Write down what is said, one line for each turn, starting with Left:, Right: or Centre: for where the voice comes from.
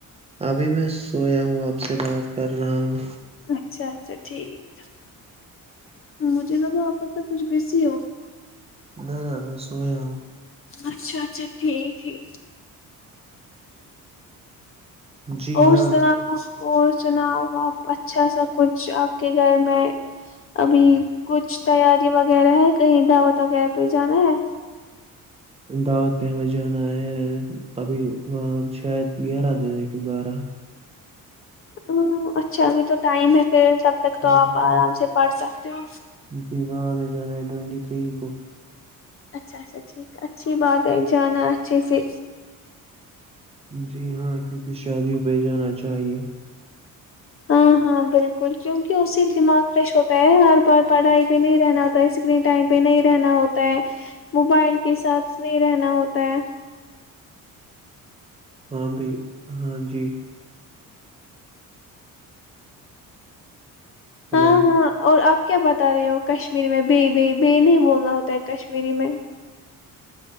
Right: ابھی میں سویا ہوں آپ سے بات کر رہا ہوں
Left: اچھا اچھا ٹھیک مجھے نہ تو آپس تک کچھ بزی ہو
Right: نہ نہ میں سویا ہوں
Left: اچھا اچھا ٹھیک ہی
Right: جی
Left: اور
Right: ہاں
Left: س اور سناؤ آپ اچھا سا کچھ آپ کے گھر میں ابھی کچھ تیاری وغیرہ ہے کہیں دعوت وغیرہ پہ جانا ہے
Right: دعوت پہمہ جان ہے ابھی وہاں شاید گیارہ دن ہے کن بارہ
Left: ا اچھا ابھی تو ٹائم ہے پھر تب تک تو
Right: ہم
Left: آپ
Right: کو
Left: آرام سے پڑ سکتے تو
Right: جی وہاں ہمیں جانا ہے ٹونٹی تھری کو
Left: اچھا اچھا ٹھیک اچھی بات ہے جانا اچھے سے
Right: جی ہاں کیونکہ شادیوں پہ جانا چاہیئے
Left: ہاں ہاں بالکل کیونکہ اس سے دماغ فریش ہوتا ہے ہر بار پڑھائی پہ نہیں رہنا ہوتا ہے اسکرین ٹائم پہ نہیں رہنا ہوتا ہے موبائل کے ساتھ نہیں رہنا ہوتا ہے
Right: ہاں ب ہاں جی
Left: ہاں
Right: ہلو
Left: ہاں اور آپ کیا بتا رہے ہو کشمیری میں ب ب ب نہیں بولنا ہوتا ہے کشمیری میں